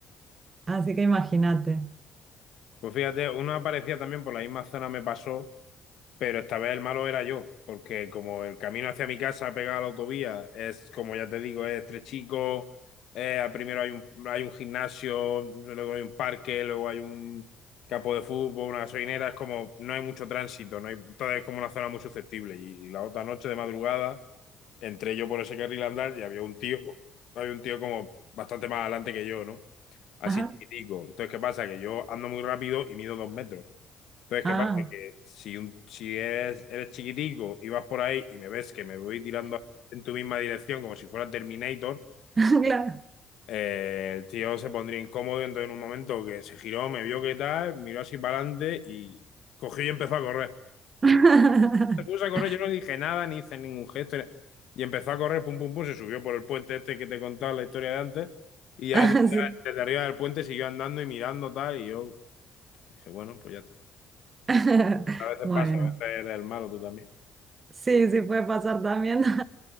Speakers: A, on the right; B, on the left.
A: Así que imagínate.
B: Pues fíjate, una parecida también por la misma zona me pasó, pero esta vez el malo era yo, porque como el camino hacia mi casa pegado a la autovía es, como ya te digo, es estrechico, eh, primero hay un, hay un gimnasio, luego hay un parque, luego hay un campo de fútbol, una gasolinera, es como no hay mucho tránsito, no hay, entonces es como una zona muy susceptible. Y, y la otra noche de madrugada entré yo por ese carril a andar y había un tío, había un tío como bastante más adelante que yo, ¿no? así
A: Ajá.
B: chiquitico. Entonces, ¿qué pasa? Que yo ando muy rápido y mido dos metros. Entonces,
A: Ah,
B: ¿qué pasa? Que si, un, si eres, eres chiquitico y vas por ahí y me ves que me voy tirando en tu misma dirección como si fuera Terminator,
A: <laughs> claro.
B: eh, el tío se pondría incómodo. Entonces, en un momento que se giró, me vio que tal, miró así para adelante y cogió y empezó a correr.
A: <laughs>
B: Se puso a correr, yo no dije nada, ni hice ningún gesto. ni- Y empezó a correr, pum, pum, pum, se subió por el puente este que te contaba la historia de antes. Y ya
A: Ah,
B: desde,
A: sí.
B: desde arriba del puente siguió andando y mirando tal. Y yo dije, bueno, pues ya está.
A: <laughs>
B: A veces
A: Bueno.
B: pasa, a veces eres el malo tú también.
A: Sí, sí puede pasar también. <laughs>